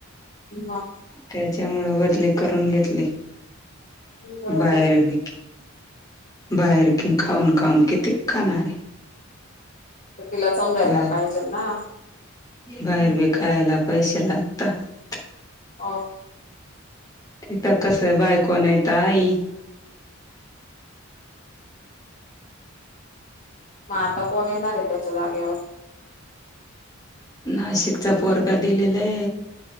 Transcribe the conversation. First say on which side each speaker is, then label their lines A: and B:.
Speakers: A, on the left; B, on the left.
A: ह वा.
B: त्याच्यामु बदली करून घेतली
A: बरोबर
B: बाहेर बी बाहेर कि खाऊन खाऊन किती खाणारे
A: तर तिला समजायला
B: बाहेर
A: पाहिजे ना.
B: बाहेर ब खायला पैसे लागतात.
A: अ
B: तिथ कस आहे बायकोन येत आई.
A: मग आता कोण येणार आहे त्याच्या जागेवर
B: नाशिकचा पोरका दिलेलाय